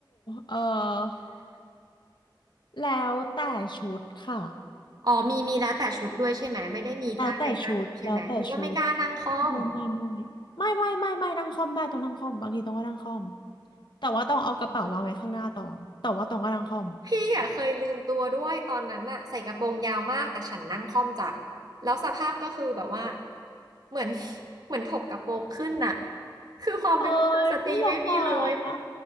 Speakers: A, on the left; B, on the right.
A: เออแล้วแต่ชุดค่ะ
B: อ๋อมีมีแล้วแต่ชุดด้วยใช่ไหมไม่ได้มีท่าใดท่าหนึ่งใช่ไหมนึกว่าไม่กล้านั่งค่อม
A: แล้วแต่ชุดแล้วแต่ชุดไม่ไม่ไม่ไม่ไม่ไม่ไม่นั่งคล่อมได้ต้องนั่งคล่อมบางทีต้องก็นั่งคล่อมแต่ว่าต้องเอากระเป๋าวางไว้ข้างหน้าตองแต่ว่าตองก็นั่งคล่อม
B: อืม พี่อ่ะเคยลืมตัวด้วยตอนนั้นน่ะใส่กระโปรงยาวมากแต่ฉันนั่งค่อมจ้ะแล้วสภาพก็คือแบบว่าเหมือน <laughs> เหมือนถกกระโปรงขึ้นน่ะคือความเป็นกุลสตรีไม่มีเลย
A: โอ้ยสงสารอ่